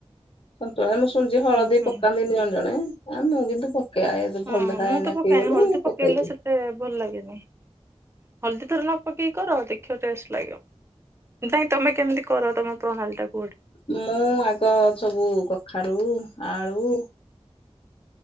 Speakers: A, on the left; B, on the right.
A: ସନ୍ତୁଳା ମୁଁ ଶୁଣିଛି ହଳଦୀ
B: ହୁଁ ହୁଁ
A: ପକାନ୍ତିନି ଜଣ ଜଣେ ଆ ମୁଁ କିନ୍ତୁ ପକାଏ
B: ହଁ
A: ଭଲ ଦେଖାଯାଏନି
B: ମୁଁ ତ
A: ଆଖିକି
B: ପକେଇନି
A: ବୋଲି
B: ହଳଦୀ ପକେଇଲେ
A: ପକେଇଦିଏ।
B: ସେତେ ଭଲ ଲାଗେନି। ହଳଦୀ ଥର ନ ପକେଇକି କର ଦେଖିବା ଟେଷ୍ଟ ଲାଗିବ ନାଇଁ ତମେ କେମିତି କର ତମ ପ୍ରଣାଳୀ ଟାକୁ
A: ମୁଁ ଆଗ ସବୁ କଖାରୁ ଆଳୁ